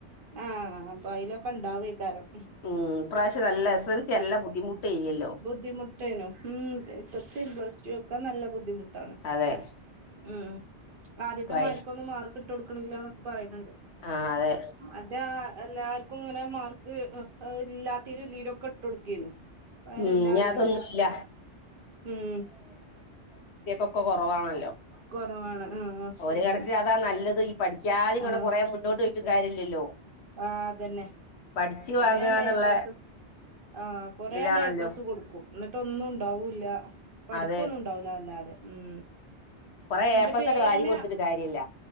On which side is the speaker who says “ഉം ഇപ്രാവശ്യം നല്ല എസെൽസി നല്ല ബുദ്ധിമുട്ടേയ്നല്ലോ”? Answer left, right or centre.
Left